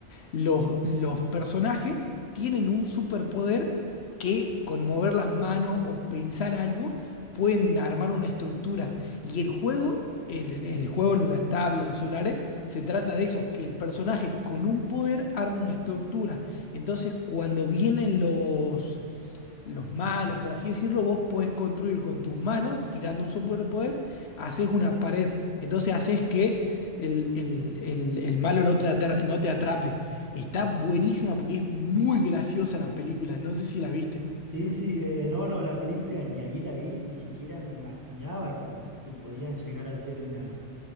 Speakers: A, on the left (about 65°); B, on the right (about 20°).
A: Los, los personajes tienen un superpoder que con mover las manos o pensar algo pueden armar una estructura. Y el juego, el, el juego en las tablas, en los celulares, se trata de eso, que el personaje con un poder arma una estructura. Entonces, cuando vienen los los malos, por así decirlo, vos podés construir con tus manos, tirando un superpoder, haces una pared. Entonces haces que el, el- el- el malo no te atra- no te atrape. Está buenísima porque es muy graciosa la película, no sé si
B: sí,
A: la viste.
B: sí, eh, no, no, la película ni ahí la vi, ni siquiera me imaginaba que, que podían llegar a ser una,